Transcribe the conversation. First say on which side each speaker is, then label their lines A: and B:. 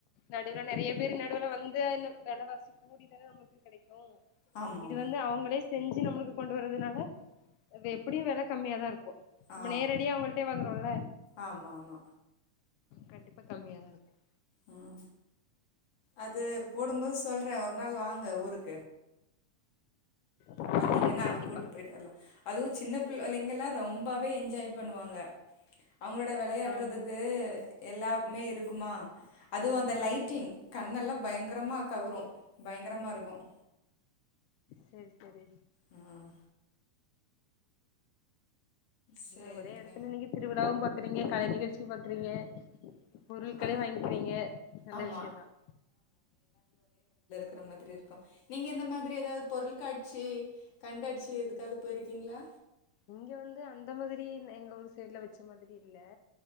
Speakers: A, on the left (about 85°); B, on the left (about 55°).
A: நடுவுல நிறைய பேர் நடுவுல வந்து அந்த வெல வாசிக கூடிதானே நமளுக்கு கிடைக்குது
B: ஆமா
A: இது
B: ஆமா
A: வந்து அவங்களே செஞ்சு நம்மளுக்கு கொண்டு வரறதுனால அது எப்படியும் வில கம்மியா தா இருக்கும் நம்ம
B: ஆ
A: நேரடியா அவங்கள்டேயே வாங்கறோம்ல
B: ஆ ஆமா ஆமா
A: கண்டிப்பா கம்மியாதா இருக்கும்
B: உம் அது போடும்போது சொல்றேன் ஒரு நாள் வாங்க ஊருக்கு
A: ஆ
B: பாத்தீங்கன்னா
A: சரி கண்டிப்பா
B: கூட்டு போயிட்டு வரலாம் அதுவும் சின்ன பிள்ளள்ளைங்கல்லாம் ரொம்பவே என்ஜாய் பண்ணுவாங்க அவங்களோட விளையாடுறதுக்கு
A: ஆமா
B: எல்லாமே இருக்கு க்குமா அதுவும் அந்த லைட்டிங்
A: ஆமா
B: கண்ணெல்லாம் பயங்கரமா கவரும் பயங்கரமா இருக்கும்
A: சரி சரி
B: உம் சேரிங்க
A: என்ன ஒரே இடத்துல நீங்க திருவிழாவும் பா பாக்றீங்க கலை நிகழ்ச்சி பாக்குறீங்க பொருட்களையும்
B: அ
A: வாங்கிக்கிறீங்க நல்ல
B: ஆமா
A: விஷயம் தான்
B: கிற மாதிரி இருக்கும் நீங்க இந்த மாதிரி ஏதாவது பொருள்காட்சி கண்காட்சி எதுக்காவது போயிருக்கீங்களா
A: இங்க வந்து அந்த மாதிரி எங்க ஊர் சைடுல வச்ச மாதிரி இல்ல